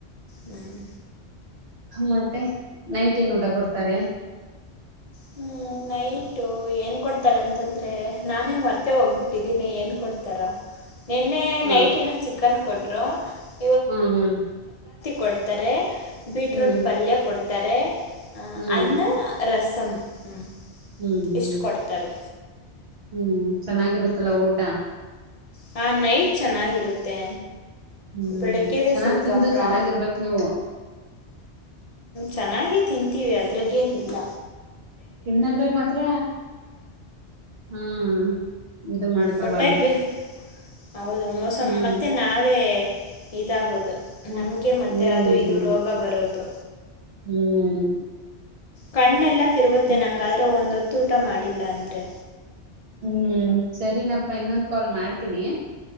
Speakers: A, on the left; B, on the right.
A: ಹ್ಮ್
B: ಮತ್ತೆ ನೈಟ್ ಏನ್ ಊಟ ಕೊಡ್ತಾರೆ
A: ಹ್ಮ್ ನೈಟು ಏನ್ ಕೊಡ್ತಾರ ಅಂತಂದ್ರೆ ನಾನೇ ಮರ್ತೆ ಹೋಗ್ಬಿಟ್ಟಿದ್ದೀನಿ ಏನ್ ಕೊಡ್ತಾರ ನಿನ್ನೆ
B: ಹ
A: ನೈಟ್ ಏನ ಚಿಕನ್ ಕೊಟ್ಟ ಅ
B: ಹ್ಮ್ ಹ್ಮ್
A: ಕೊಡ್ತಾರೆ ಬೀಟ್ರೂಟ್
B: ಹ್ಮ್
A: ಪಲ್ಯ ಕೊಡ್ತೀ ತ್ತಾರೆ
B: ಹ್ಮ್
A: ಅನ್ನ ರಸ <inaudible> ಹ್ಮ್
B: ಹ್ಮ್ ಹ್ಮ್
A: ಇಷ್ಟು ಕೊಡ್ತಾರೆ
B: ಹ್ಮ್ ಚೆನ್ನಾಗಿರುತ್ತಲ್ಲ ಊಟ
A: ಹ ನೈಟ್ ಚೆನ್ನಾಗಿರುತ್ತೆ
B: ಹ್ಮ್
A: ಬೆಳಗ್ಗೆದೆ
B: ಚೆನ್ನಾಗ್
A: ಸ್ವಲ್ಪ
B: ತಿಂದುು
A: ಪ್ರಾ
B: ಚೆನ್ನಾಗಿರ್ಬೇಕು ನೀವು
A: ಚೆನ್ನಾಗೇ ತಿಂತೀವಿ ಅದ್ರಗೇನಿಲ್ಲ
B: ಇನ್ನದ್ರಾಗ ಮಾತ್ರ ಹ್ಮ್ ಇದು ಮಾಡ್ಕೋಬಾರ್ದು
A: ಹೊಟ್ಟೆಗ್ ಬಿ ಹೌದು ಮೋಸಮ್
B: ಹ್ಮ್
A: ಮತ್ತೆ ನಾವೇ ಇದಾಗೋದು
B: ಹ್ಮ್
A: ನಮಗೆ ಮತ್ತೆ
B: ಹ್ಮ್
A: ಅದು ಇದು ರೋಗ ಬರೋದು.
B: ಹ್ಮ್
A: ಕಣ್ಣೆಲ್ಲ ತಿರುಗುತ್ತೆ
B: ಹ್ಮ್
A: ನಂಗಾದ್ರೆ ಒಂದೊ ತೂಟ ಮಾಡಿಲ್ಲ ಅಂದ್ರೆ
B: ಹ್ಮ್ ಸರಿನಪ್ಪ ಇನ್ನೊಂದ್ ಕಾಲ್ ಮಾಡ್ತೀನಿ.